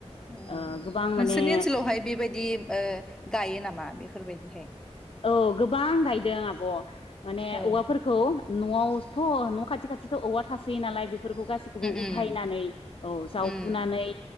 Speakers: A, on the left; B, in the centre.
A: ओ
B: ओम
A: गोबां माने
B: नोंसोरनि ओनसोलावहाय बेबायदि ओ गायो नामा बेफोर बेफोर बायदिहाय
A: औ गोबां गायदों आब' माने
B: औ उम
A: औवाफोरखौ न'वावथ' न' खाथि खाथिथ' औवा थासोयो नालाय बे फोरखौ गासैखौबो उथायनानै
B: उम
A: औ जावफुनानै
B: उम